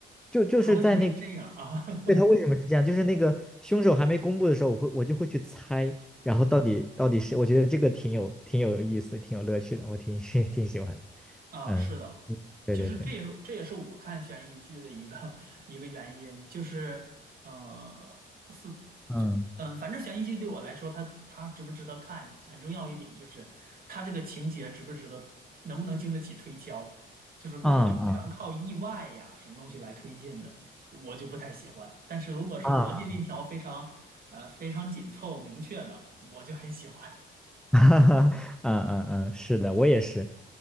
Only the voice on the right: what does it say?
它为什么是这样啊？<laughs>
啊，
是的，
其实这也是这也是我看悬疑剧的一个 <laughs> 一个原因，就是，呃，是就嗯，
反正悬疑剧对我来说，它它值不值得看，很重要一点就是它这个情节值不值得，能不能经得起推敲。就是如果是全靠意外呀什么东西来推进的，
我就不太喜欢。但是如果是逻辑链条非常呃非常紧凑明确的，
我就很喜欢。<laughs>